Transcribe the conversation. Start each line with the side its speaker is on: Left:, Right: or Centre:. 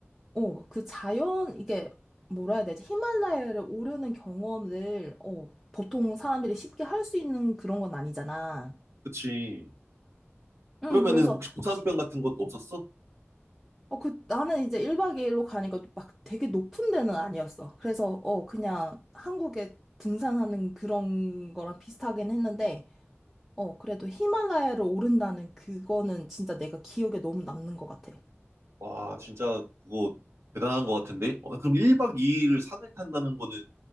Centre: 어, 그 자연, 이게, 뭐라 해야 되지? 히말라야를 오르는 경험을, 어, 보통 사람들이 쉽게 할 수 있는 그런 건 아니잖아.
Right: 그치.
Centre: 응,
Right: 그러면은
Centre: 그래서,
Right: 혹시 고산병
Centre: 시-
Right: 같은 것도 없었어?
Centre: 어, 그, 나는 이제 1박 2일로 가니까 막 되게 높은 데는 아니었어. 그래서, 어, 그냥 한국에 등산하는 그런 거랑 비슷하긴 했는데, 어, 그래도 히말라야를 오른다는 그거는 진짜 내가 기억에 너무 남는 것 같아.
Right: 와, 진짜 그거 대단한 것 같은데? 어, 그럼 1박 2일을 산을 탄다는 거는